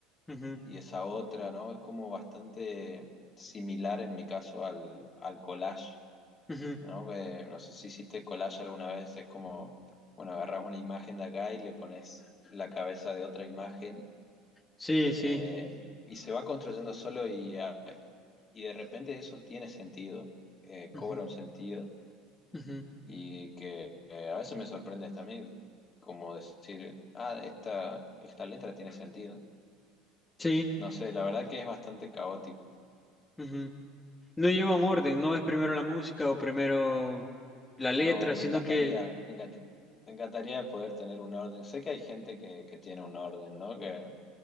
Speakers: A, on the left (about 15°); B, on the left (about 30°).
A: ujú,
B: y esa otra, ¿no? Es como bastante similar en mi caso al, al collage,
A: ujú.
B: ¿no? Que no sé si hiciste collage alguna vez, es como, bueno, agarrás una imagen de acá y le pones la cabeza de otra imagen
A: Sí, sí.
B: eh, y se va construyendo solo y, a- y de repente eso tiene sentido, eh,
A: ujú,
B: cobra un sentido
A: ujú,
B: y que eh, a veces me sorprende hasta a mí como decir, ah, esta, esta letra tiene sentido.
A: Sí.
B: No sé, la verdad que es bastante caótico.
A: ujú. No lleva un orden, no es primero la música o primero la letra,
B: No,
A: sino
B: me encantaría,
A: que...
B: me encant- me encantaría poder tener un orden. Sé que hay gente que, que tiene un orden, ¿no? Que,